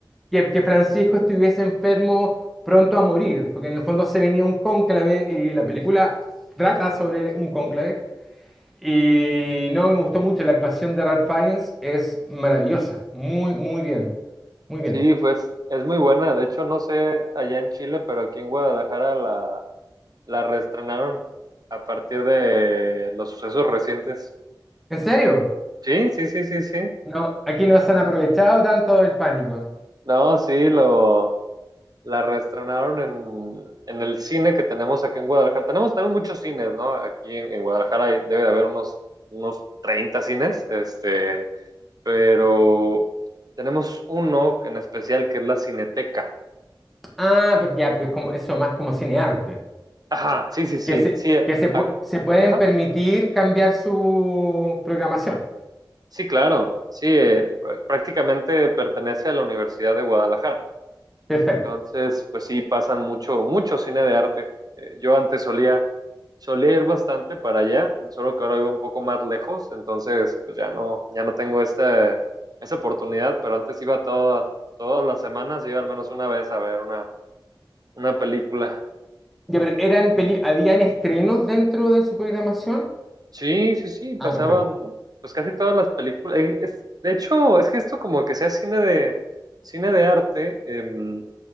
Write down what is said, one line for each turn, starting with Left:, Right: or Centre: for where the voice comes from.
Centre: que, que Francisco estuviese enfermo pronto a morir, porque en el fondo se venía un cónclave y la película trata sobre un cónclave. Y no, me gustó mucho, la actuación de Ralph Fiennes es maravillosa, muy, muy bien, muy bien.
Right: Sí, pues es muy buena. De hecho, no sé allá en Chile, pero aquí en Guadalajara la, la reestrenaron a partir de los sucesos recientes.
Centre: ¿En serio?
Right: Sí, sí, sí, sí, sí.
Centre: No, aquí no se han aprovechado tanto del pánico.
Right: No, sí, lo, la reestrenaron en, en el cine que tenemos aquí en Guadalajara. Tenemos, tenemos muchos cines, ¿no? Aquí en, en Guadalajara hay- debe de haber unos, unos 30 cines, este, pero tenemos uno en especial que es la Cineteca.
Centre: Ah, pero ya, pero es como eso más como cinearte.
Right: Ajá, sí, sí, sí,
Centre: que se,
Right: sí.
Centre: que se,
Right: ac-
Centre: pue- se pueden
Right: Ajá.
Centre: permitir cambiar su programación.
Right: Sí, claro, sí, eh, pr- prácticamente pertenece a la Universidad de Guadalajara.
Centre: Perfecto.
Right: Entonces, pues sí, pasan mucho, mucho cine de arte. Eh, yo antes solía, solía ir bastante para allá, solo que ahora vivo un poco más lejos, entonces pues ya no, ya no tengo esta, esa oportunidad, pero antes iba toda, todas las semanas, iba al menos una vez a ver una, una película.
Centre: Ya, pero eran peli- ¿habían estrenos dentro de su programación?
Right: Sí, sí, sí, pasaban
Centre: Ah, perfecto.
Right: pues casi todas las películas. Eh, es- de hecho, es que esto como que sea cine de, cine de arte. eh,